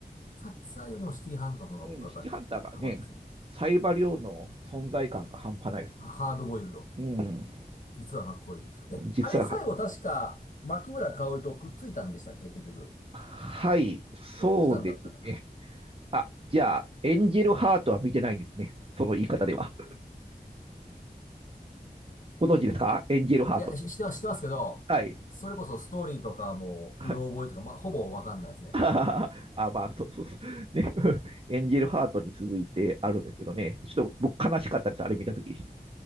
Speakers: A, on the left; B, on the right.
A: キャッツアイよりもシティハンターの方が僕はやっぱりハマってですね。
B: うん、シティハンターがね、サイバリオの存在感が半端ないです
A: ハハードボイルド。
B: うん、
A: 実はかっこいい。え、
B: 実は、
A: あれ最後確か、牧村香織とくっついたんでしたっけ結局。
B: はい、そうですね。
A: したんねだったかな。
B: あ、じゃあ、エンジェルハートは見てないんですね。その言い方では。ご存知ですかエンジェルハートって。
A: いや、し、しては知ってますけど、
B: はい。
A: それこそストーリーとかもう、
B: はい。
A: うろ覚えとか、まあ、ほぼわかんないですね。
B: <laughs> ああ、まあ、そうそうそう。ね。<laughs> エンジェルハートに続いてあるんですけどね。ちょっと僕悲しかったです。あれ見たとき。